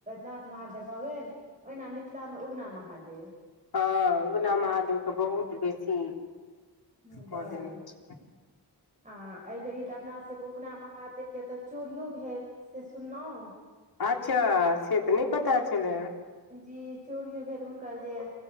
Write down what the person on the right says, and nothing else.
नाथ महादेव भऽ गेल ओहिना मिथिलामे उगना महादेव
हूंम्म
बड्ड
आ एहिबेरी तऽ अपना सबके तऽ उगना महादेव के एतऽ चोरियो भेल से सुनलहुँ
जी चोरियो भेल हुनकर जे